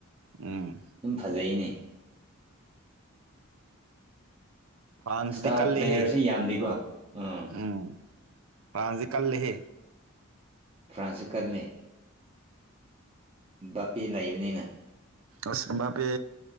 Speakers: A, on the right; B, on the right.
A: ꯎꯝ
B: ꯑꯗꯨꯝ ꯐꯖꯩꯅꯦ
A: ꯐ꯭ꯔꯥꯟꯁꯗꯤ
B: ꯏꯁꯇꯥꯔ
A: ꯀꯦꯍ
B: ꯄ꯭ꯂꯦꯌꯔꯁꯦ ꯌꯥꯝꯗꯦꯀꯣ ꯑꯥ
A: ꯎꯝ ꯐ꯭ꯔꯥꯟꯁꯗꯤ ꯀꯂꯦꯍꯦ
B: ꯐ꯭ꯔꯥꯟꯁꯁꯨ ꯀꯜꯂꯤ ꯕꯥꯄꯤꯦ ꯂꯩꯕꯅꯤꯅ
A: ꯑꯁ ꯄꯦ